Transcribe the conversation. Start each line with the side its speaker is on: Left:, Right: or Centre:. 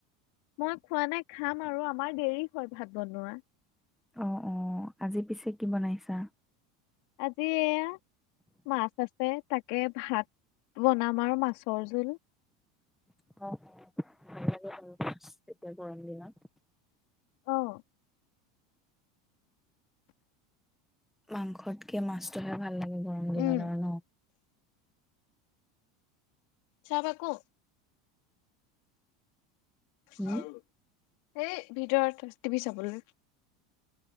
Left: মই খোৱা নাই খাম আৰু আপ, আমাৰ দেৰি হয় ভাত বনোৱা।
Centre: অ অ আজি পিছে কি বনাইছা
Left: আজি এয়া মাছ আছে তাকে ভাত বনাম আৰু মাছৰ জোল
Centre: ভাল লাগে এতিয়া গৰম দিনত
Left: আহ
Centre: মাংসতকে মাছটোহে ভাল লাগে গৰম দিনত
Left: উম
Centre: ন
Left: চাহ বাকো হ <unintelligible>
Centre: উম
Left: এই ভিতৰত টিভি চাবলৈ